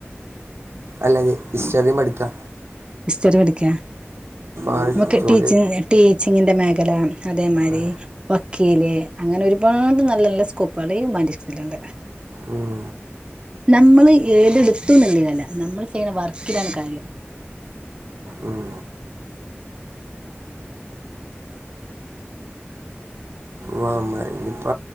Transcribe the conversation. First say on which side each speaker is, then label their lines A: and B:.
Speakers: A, on the right; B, on the right.
A: അല്ലതെ ഇസ്റ്ററിം പഠിക്കാ
B: ഇസ്റ്ററി പഠിക്കെ
A: ആ
B: നമക്ക്
A: ജോലി
B: ടീച്ചി ടീച്ചിങ്ങിന്റെ മേഖല അതേമാരി
A: ആ,
B: വക്ക് കീല് അങ്ങനെ ഒരുപാട് നല്ല നല്ല സ്കോപ്പേള് ഈ ഉമാൻറ്റീസിലുണ്ട്.
A: ഉം
B: നമ്മള് ഏതടുത്തു നുള്ളീലല്ല നമ്മൾ ചെയ്യണ വർക്കിലാണ് കാര്യം.
A: ഉം വമ്മ ഇയിപ്പ